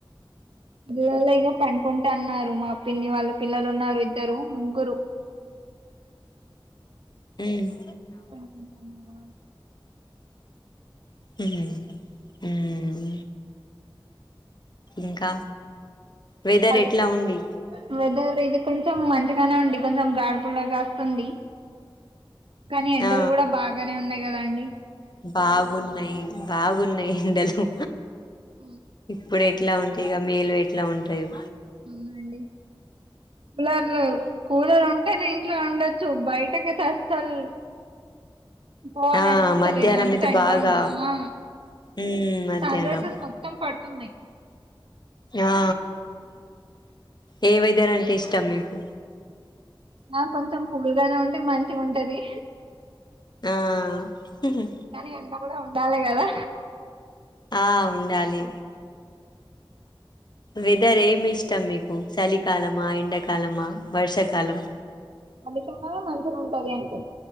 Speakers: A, on the right; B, on the left.
A: పిల్లల ఇంగ పడుకుంటా అన్నారు మా పిన్ని వాళ్ళ పిల్లలు ఉన్నారు ఇద్దరు ముగ్గురు
B: మ్
A: పండుకుంటానవా
B: ఉ హు ఊమ్ ఇంకా వెథర్
A: మళ్ళీ
B: ఎట్లా ఉండి
A: వెదర్ ఇది కొంచెం మంచిగానే ఉండి కొంచెం గాడ్పులా గాస్తుంది కానీ ఎండలు
B: ఆ
A: గూడా బాగానే ఉన్నాయి కదండి
B: బాగున్నాయి బాగున్నాయి ఎండలు
A: ఉ మ్
B: ఇప్పుడే ఇట్ల ఉంటే ఇగ మేలో ఎట్ల ఉంటాయో
A: అవునండి కూలర్లు కూలర్ ఉంటేనే ఇంట్లో ఉండొ చ్చు బయటకైతే అసల్ పోవాలి
B: ఆ
A: అనిపిస్తలేదు
B: మధ్యాహ్నం
A: అంతా
B: అయితే
A: ఎండ
B: బాగా
A: ఉంటది ఆహ్
B: ఉమ్ మధ్యాహ్నం
A: సన్ రైజెస్ మొత్తం పడు ఉంటుంది
B: ఆ ఏ వెదర్ అంటే ఇష్టం మీకు
A: ఆ కొంచెం కూల్గానే ఉంటే మంచిగుంటది
B: ఆ ఉహు
A: కానీ ఎండ కూడా ఉండాలి గదా
B: ఆ ఉండాలి వెదర్ ఏమి ఇష్టం మీకు చలి కాలమా ఎండకాలమా వర్షాకాలం
A: అధికంగానే మంచిగుంటది అంటె